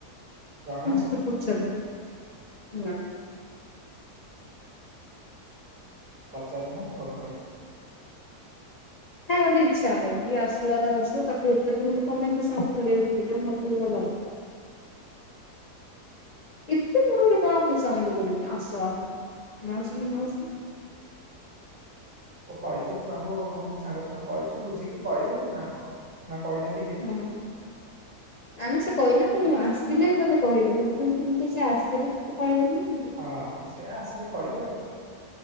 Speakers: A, on the right; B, on the left.
A: ଜଣା
B: ମୁଁ କିଛି
A: ନାହିଁ
B: ପଚାରିନି ନାଁ।
A: ପଚାରୁନ ଫୋନ କରିକି।
B: ହେ ମୋତେ ଇଚ୍ଛାହଉନି ଯିଏ ଆସିଲା ନ ଆସିଲ ତାକୁ ଏତେ ଥର ମୁଁ କଣ ପାଇଁ ଖୋସାମତ କରିବି ଯିଏ ଯା ମୋତେ ଏଗୁଡା ଭଲ ଏତେ କଣ କାହାକୁ ଖୋସାମତ କରିବି ଆସ ଆସ ନ ଆସିଲେ ନ ଆସ।
A: ଓ କହିଛୁ ଛୁଆଙ୍କୁ ସାଙ୍ଗ ସାଙ୍ଗ କହିଛୁ ବୁଝିକି କହିବେ ନା କଣ ନା କହିନାହାନ୍ତି? କେହି
B: ହୁଁ ହୁଁ। ନା ନା ସେ କହିଲା ମୁଁ ଆସିଲେ ତତେ କହିବି ଟିଉସନ୍ କେମିତି ସିଏ ଆସିଲେ ତୋତେ କହିବନି
A: ହଁ ସେ ଆସିଲେ କହିବେ ଆଉ